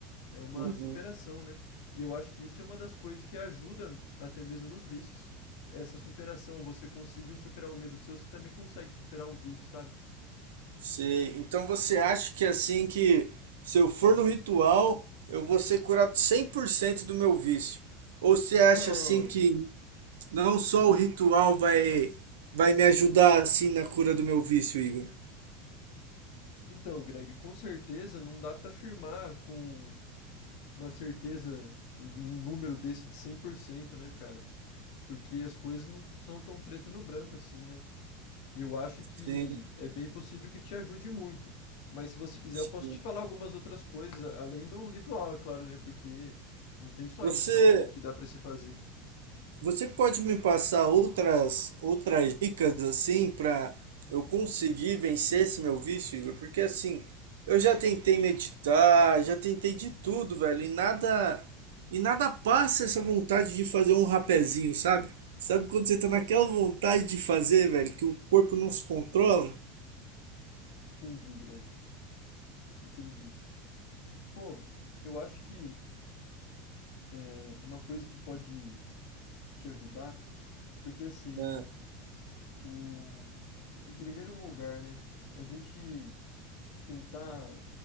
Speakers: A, on the left (about 65°); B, on the right (about 80°).
A: é uma
B: Uhum.
A: superação, né? E eu acho que isso é uma das coisas que ajuda até mesmo nos vícios. Essa superação, você conseguiu superar um medo seu, você também consegue superar um vício, sabe?
B: Você- Então você acha que assim que se eu for no ritual, eu vou ser curado 100% do meu vício? Ou você acha
A: Não.
B: assim que não só o ritual vai vai me ajudar assim na cura do meu vício, Igor?
A: Então, Greg, com certeza não dá pra afirmar com uma certeza e um número desse de cem por cento né, cara? Porque as coisas não são tão preto no branco assim, né? Eu acho que
B: Sim,
A: é bem possível que te ajude muito. Mas se você quiser,
B: sim.
A: eu posso te falar algumas outras coisas, a- além do ritual, é claro, né? Porque não tem só
B: Você
A: isso que, que dá pra se fazer.
B: Você pode me passar outras outras dicas assim para eu conseguir vencer esse meu vício, Igor? Porque assim, eu já tentei meditar, já tentei de tudo, velho, e nada e nada passa essa vontade de fazer um rapezinho, sabe? Sabe quando você tá naquela vontade de fazer, velho, que o corpo não se controla?
A: Entendi, Greg. Entendi. Pô, eu acho que é, uma coisa que pode te ajudar, porque assim,
B: Ah,
A: né? O, em primeiro lugar, né? A gente tentar